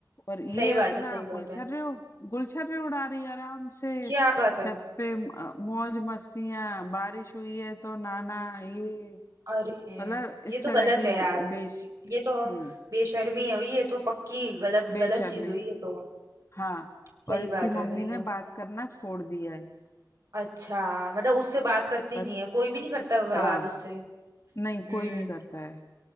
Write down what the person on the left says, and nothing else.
और ये
अपना
गुलछर्रे
गुलछर्रे उड़ा रही है आराम से
छत पे म- मौज मस्तियां बारिश हुई है तो नाना ये
मतलब
इस
तरह
की
बेश
हम्म
बेशर्मी
हाँ
और इसकी
मम्मी
ने
बात करना छोड़ दिया है
बस
हाँ
नहीं कोई नहीं करता है